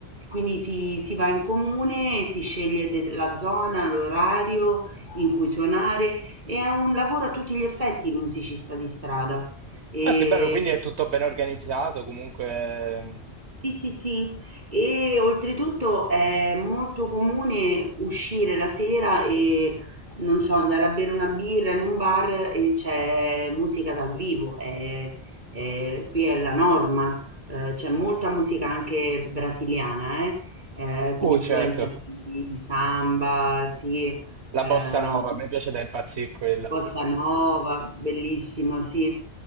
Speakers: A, on the right; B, on the right.
A: quindi si si va in comune, si sceglie de la zona, l'orario in cui suonare. e È un lavoro a tutti gli effetti il musicista di strada, ehm
B: Ah, che bello, quindi è tutto ben organizzato, comunque...
A: sì, sì, sì. E oltretutto è molto comune uscire la sera e non so, andare a bere una birra in un bar e c'è musica dal vivo. È- è- qui è la norma. Eh, c'è molta musica anche brasiliana, eh? Eh,
B: Oh,
A: l'influenza
B: certo,
A: di, di samba, sì.
B: la
A: ehm,
B: bossa nova, mi piace da impazzire quella.
A: Bossa nova, bellissimo, sì.